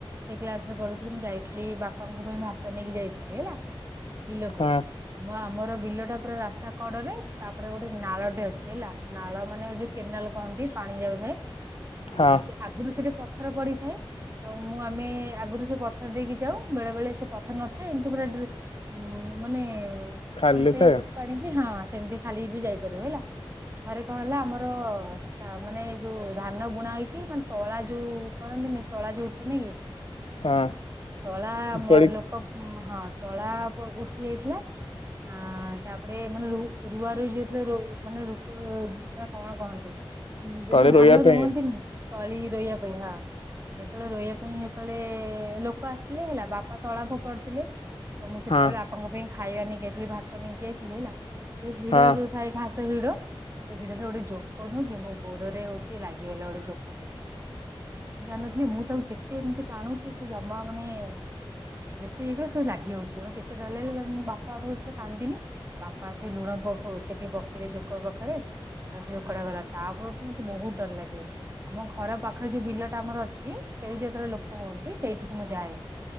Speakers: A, on the right; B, on the left.
A: ସେ କ୍ଲାସ୍ ରେ ପଢୁଥିଲି, ମୁଁ ଯାଇଥିଲି ବାପାଙ୍କ ପାଇଁ ଭାତ ନେଇକି ଯାଇଥିଲି ହେଲା ବିଲକୁ।
B: ହଁ
A: ଆମ ଆମର ବିଲଟା ପୁରା ରାସ୍ତା କଡରେ ତାପରେ ଗୋଟେ ନାଳଟେ ଅଛି ହେଲା, ନାଳ ମାନେ ଯେ କେନାଲ କହନ୍ତି ପାଣି ଯାଉଥାଏ ଅଁ,
B: ହଁ
A: ସେ ଆଗରୁ ସେଠି ପଥର ପଡିଥାଏ। ତ ମୁଁ ଆମେ ଆଗରୁ ସେ ପଥର ଦେଇକି ଯାଉ ବେଳେ ବେଳେ ସେ ପଥର ନଥାଏ ଏମିତି ପୁରା ଡ୍ରେ ହଁ ମାନେ
B: ଖାଲି
A: ଅଣ୍ଟେ
B: ଥାଏ
A: ପାଣିକି ହଁ ସେମିତି ଖାଲି ବି ଯାଇପାରିବ ହେଲା, ଥରେ କଣ ହେଲା ଆମ ର ତା ମାନେ ଯୋଉ ଧାନ ବୁଣା ହେଇକି ମାନେ ତଳା ଯୋଉ କରନ୍ତିନି ତଳା ଯୋଉ ଠେ ନିକି
B: ହଁ
A: ତଳା
B: ଉପାଡି
A: ମୋର ଲୋକ ଉଁ, ହଁ ତଳା ପ-ଉଠି ଯାଇଥିଲା। ଆଁ, ତାପରେ ମାନେ ରୁ ରୁଆ ରୁଇ ଯେତେଲେ ର ମାନେ ରୁକ ନା କଣ କହନ୍ତି? ଉଁ, ଯେତେଳେ
B: ତଳେ
A: ଧାନ
B: ରହିବା ପାଇଁ
A: ରୁଅନ୍ତିନି ତଳି ରୋଇବା ପାଇଁ ହଁ ଯେତେବେଳେ ରୋଇବା ପାଇଁ ଏ ସଳେ ଲୋକ ଆସିଥିଲେ ହେଲା ବାପା ତଳା ଫୋପାଡୁ ଥିଲେ ତ ମୁଁ ସେତେବେଳେ
B: ହଁ
A: ଆ ବାପାଙ୍କ ପାଇଁ ଖାଇବା ନେଇକି ଯାଇଥିଲି ଭାତ ନେଇକି ଯାଇଥିଲି ହେଲା ଯୋଉ ହିଡ
B: ହଁ
A: ଯୋଉ ଥାଏ ଘାସ ହିଡ ସେ ହିଡରେ ଗୋଟେ ଜୋକ ନୁହଁ କି ମୋ ଗୋଡରେ ହଉଛି ଲାଗିଗଲା ଗୋଟେ ଜୋକ ଟେ। ମୁଁ ଜାଣିନଥିଲି ମୁଁ ତାକୁ ଯେତେ ଏମିତି ଟାଣୁଚି ସିଏ ଜମା ମାନେ ଯେତେ ଇଏ କଲା ପୁରା ଲାଗି ହଉଛି ମୋତେ ଏତେ ଡର ଲାଗିଲା ମୁଁ ବାପା ବାପା କହି ପୁରା କାନ୍ଦିଲି ବାପା ସେ ଲୁଣ ପକଉ ସେଠି ପକେଇରେ ଜୋକ ପାଖରେ ତା ସେ ଜୋକଟା ଗଲା ତାପରଠୁ ମୋତେ ବହୁତ ଡର ଲାଗେ। ଆମ ଘର ପାଖରେ ଯୋଉ ବିଲ ଟା ଆମର ଅଛି ସେଇଠି ଯେତେବେଳେ ଲୋକ ହୁଅନ୍ତି ସେଇଠିକି ମୁଁ ଯାଏ।